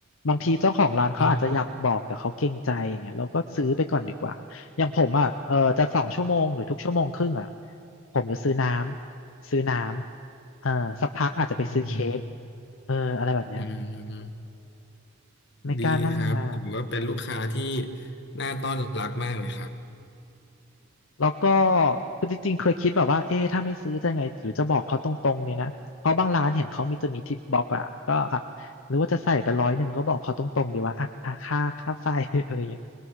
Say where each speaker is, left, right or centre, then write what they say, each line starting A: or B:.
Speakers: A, on the left; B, on the left.
A: บางทีเจ้าของร้านเขาอาจจะอยากบอกแต่เขาเกรงใจอย่างเงี้ยเราก็ซื้อไปก่อนดีกว่าอย่างผมอ่ะเออจะสองชั่วโมงหรือทุกชั่วโมงครึ่งอ่ะ
B: อ๋อ
A: ผมจะซื้อน้ำซื้อน้ำเอ่าสักพักอาจจะไปซื้อเค้ก
B: อืม
A: เอออะไรแบบเนี้ย
B: อืม
A: ไม่กล้านั่งนาน
B: ดีครับถือว่าเป็นลูกค้าที่น่าต้อนรับมากเลยครับ
A: แล้วก็คือจริงๆเคยคิดแบบว่าเอ๊ะถ้าไม่ซื้อจะไงหรือจะบอกเขาตรงๆเนี่ยนะเพราะบางร้านเห็นเขามีจะมีทิปบ็อกอะก็อ่ะหรือว่าจะใส่ไปร้อยหนึ่งก็บอกเขาตรงๆดีว่าอ่ะอ่ะค่าค่าไฟ <laughs> อะไรเงี้ย